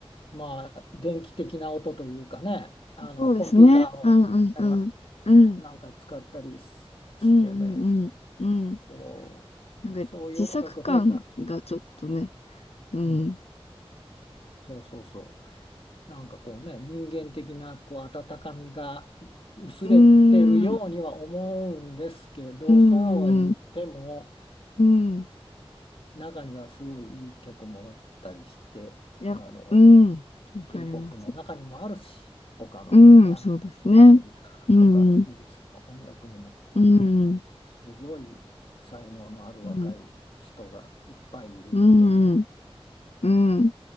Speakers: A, on the left (about 60°); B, on the left (about 80°).
A: まあ、電気的な音というかね、あの、
B: そうですね。
A: コンピューターを、
B: うんうんうん。
A: あ
B: うん。
A: なんか使ったりししてね、
B: うんうんうん。うん。
A: こう、
B: なんか自作感がちょっとね。
A: そういう音楽が増えた。
B: うん。
A: うんそうそうそう。なんかこうね、人間的なこう温かみが薄れてるようには思うんですけど、
B: うーん。うんうん。
A: そうは言っても、
B: うん。
A: 中にはすごいいい曲もあったりして、
B: いや、
A: あの、
B: うん。わかります。
A: K-POP の中にもあるし、他のね、
B: うん、
A: アアメリカとかイギリスの音楽にも、
B: そうですね。うん、うん、うん、
A: すごい才能のある若い人がいっぱいいるっていう。
B: うん、うん、うん、うん